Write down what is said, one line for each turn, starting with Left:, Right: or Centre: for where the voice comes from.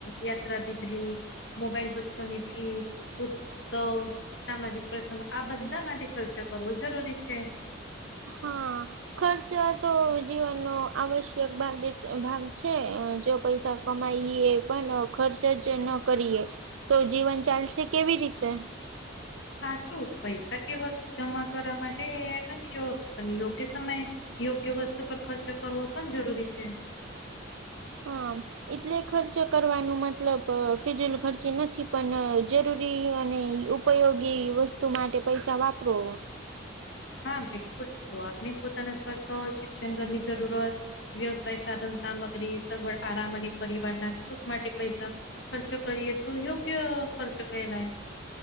Left: યાત્રા, બિજલી. મોબાઈલ, બચ્ચોની ફી, પુસ્ત, સામાજિક પ્રસંગ, આ બધાં ધા માટે ખર્ચો કરવો જરૂરી છે.
Right: હા. ખર્ચ તો જીવનનો આવશ્યક ભાગે ભાગ છે અ જો પૈસા કમાઈએ પણ ખર્ચ જ ન કરીએ તો જીવન ચાલશે કેવી રીતે?
Left: સાચું પૈસા કેવલ જમા કરવા માટે નથી પણ યોગ્ય સમયે યોગ્ય વસ્તુ પર ખર્ચો કરવો પણ જરૂરી છે.
Right: હ. એટલે ખર્ચ કરવાનું મતલબ ફિજુલ ખર્ચી નથી પણ જરૂરી અને ઉપયોગી વસ્તુ માટે પૈસા વાપરો.
Left: હા બિલકુલ જો આપને પોતાનાં સ્વાસ્થ, શિક્ષણ ઘરની જરૂરત વ્યવસાય, સાધન સામગ્રી, સગવડ, આરામ અને પરિવારના સુખ માટે પૈસા ખર્ચ કરીએ તો યોગ્ય ખર્ચ કેહેલાય.